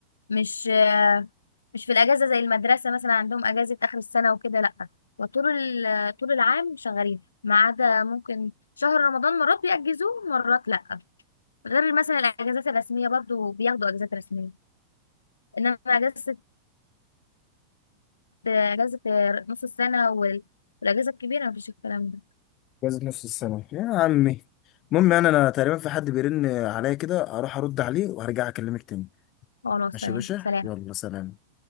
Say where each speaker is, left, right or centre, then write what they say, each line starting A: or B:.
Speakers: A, on the left; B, on the left.
A: مش آه مش في الاجازه زي المدرسه مثلا عندهم اجازه اخر السنه وكده لا وطول ال- طول العام شغالين ما عدا ممكن شهر رمضان مرات بيأجزوه مرات لا غير مثلا الاجازات الرسميه برضو بياخدوا اجازات رسميه انما اجازه ده اجازه نص السنه وال- والاجازه الكبيره مفيش الكلام ده
B: جوازة نص السنه يا عمي المهم يعني انا تقريبا في حد بيرن عليا كده هروح ارد عليه وهرجع اكلمك تاني
A: خلاص
B: ماشي
A: تمام
B: يا باشا
A: سلام
B: يلا سلام